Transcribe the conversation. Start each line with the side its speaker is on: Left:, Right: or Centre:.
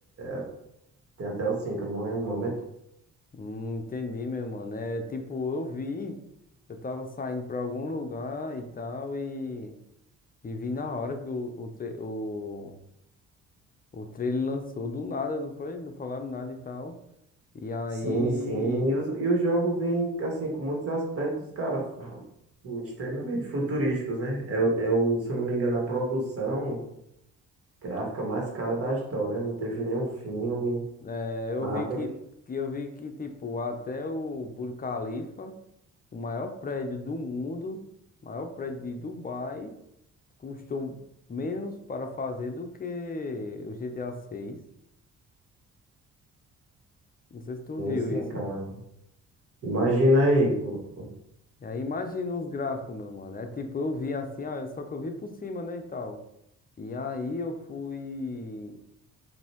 Right: é, tem até o cinco não é no momento?
Left: Hum, entendi, meu mano. É tipo, eu vi, eu tava saindo pra algum lugar e tal e, e vi na hora que o, o, tra- o, o trailer lançou do nada, não foi? Não falaram nada e tal. E aí.
Right: Sim, sim. E, os- e o jogo vem, assim, com muitos aspectos, cara, fu- extremamente futurísticos, né? É, o, é o- se eu não me engano, a produção gráfica mais cara da história. Não teve nenhum filme.
Left: É, eu
Right: Nada
Left: vi que, que eu vi que tipo até o Burj Khalifa, o maior prédio do mundo, maior prédio de Dubai, custou menos para fazer do que o GTA seis Não sei se tu
Right: Sim,
Left: viu
Right: sim,
Left: isso.
Right: cara. Imagina aí. co-
Left: E aí imagina os gráficos, meu mano. É tipo, eu vi assim, ah, só que eu vi por cima, né, e tal. E aí eu fui